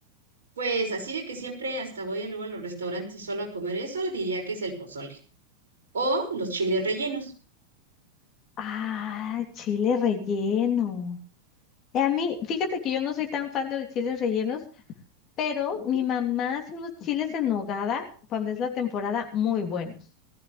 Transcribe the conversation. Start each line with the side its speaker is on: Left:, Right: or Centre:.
Right: Pues así de que siempre hasta voy luego a los restaurantes solo a comer eso, diría que es el pozole o los chiles rellenos.
Left: Ah, chile relleno. Eh, A mí, fíjate que yo no soy tan fan de los chiles rellenos, pero
Right: Ujú.
Left: mi mamá hace unos chiles en nogada cuando es la temporada muy buenos.